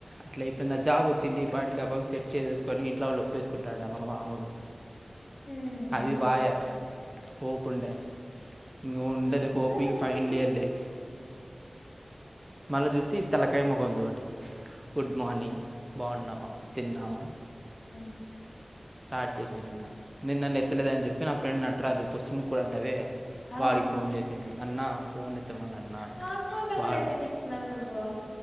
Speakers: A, on the right; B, on the left.
A: అట్లా ఇపోయింద జాబ్ వచ్చింది ఇ పటికి ఆ పిల్లని సెట్ చేసేసుకొని ఇంట్లో వాళ్ళు ఒపేసుకుంటారంట మా మామూళు
B: హ్మ్
A: అది పాయే హోప్ హప్పు ఉంట ఇం ఉండది
B: వస్తది
A: హోప్ కి
B: వస్తది
A: ఫైనల్ ఇయర్లే మళ్ళ చూసి తలకాయ మగంద ఒకటి గుడ్ మార్నింగ్ బాగున్నావా తిన్నావా
B: స
A: స్టార్ట్ చేసింది నిన్న నిేన్న నన్ను ఎత్తలేదని చెప్పి నా ఫ్రెండ్ నటరాజు కొత్సిముక్కడు అంటవే
B: ఆ
A: వాడికి ఫోన్ చేసింది అన్న ఫోన్ త్తమన నా
B: పాన్ ఫోన్ నెంబర్
A: వాడు
B: ఎందుకు ఇచ్చినావు నువ్వు